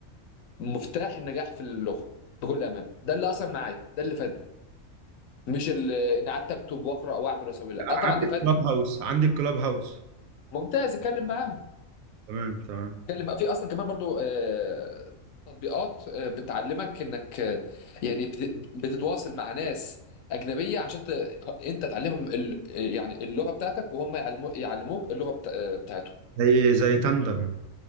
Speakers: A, on the left; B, on the right.
A: مفتاح النجاح في اللغه بكل امانه ده اللي اثر معايا ده اللي فادني مش اللي اني قعدت اكتب واقرا واعمل واسوي لا
B: انا
A: اه طبعا
B: عندي
A: ده فادني
B: كلاب هاوس عندي كلاب هاوس
A: ممتاز اتكلم معاهم
B: تمام تمام
A: اتكلم في اصلا كمان برضو آه، تطبيقات آه، بتعلمك انك آه، يعني بت- بتتواصل مع ناس اجنبيه عشان ت... انت تعلمهم ال... آه، يعني اللغه بتاعتك وهم يعلمو... يعلموك اللغه بتا... آه، بتاعتهم
B: زي زي تاندم